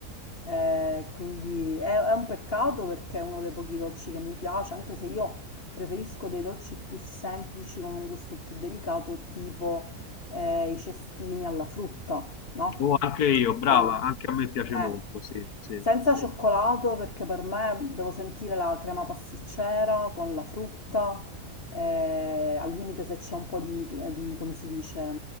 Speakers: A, on the left (about 40°); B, on the left (about 75°).
A: Eh, quindi è, è un peccato perché è uno dei pochi dolci che mi piace, anche se io preferisco dei dolci più semplici con un gusto più delicato, tipo eh, i cestini alla frutta, no?
B: Oh, anche io, brava,
A: quello-
B: anche a me piace
A: eh,
B: molto, sì, sì,
A: senza cioccolato perché per me devo sentire la crema pasticcera con la frutta, eh, al limite se c'è un po' di, di, come si dice,